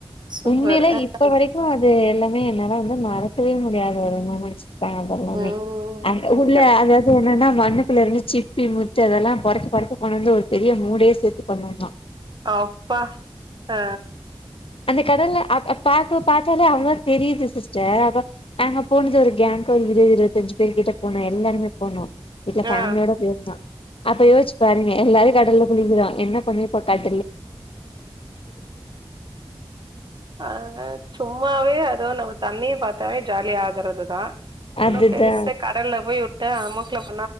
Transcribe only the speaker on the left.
உண்மையில
இப்ப வரைக்கு இது எல்லாமே என்னால வந்து மறக்கவே முடியாது ஒரு மொமெண்ட்ஸ் தா அது எல்லாமே
அந்த
உள்ள அதாவது என்னன்னா மண்ணுக்குல இருந்து சிப்பி முத்து அதெல்லா பொறுக்கி பொறுக்கி கொண்டு வந்து ஒரு பெரிய மூடே சேத்து பண்ணுவ நா
அந்த கடல்ல அ பாக்க பாத்தாலே அவ்வளோ தெரியுது சிஸ்டர், அப்ப நாங்க போனது ஒரு கேங்க்கு ஒரு இருவது இருவத்தஞ்சு பேரு கிட்ட போனோ எல்லாருமே போனோ வீட்ல ஃபேமிலியோட
போயிருந்தா அப்ப யோசிச்சு பாருங்க எல்லாரு கடல்ல குளிக்கிறோ என்ன பண்ணிருப் போ கட
அதுதா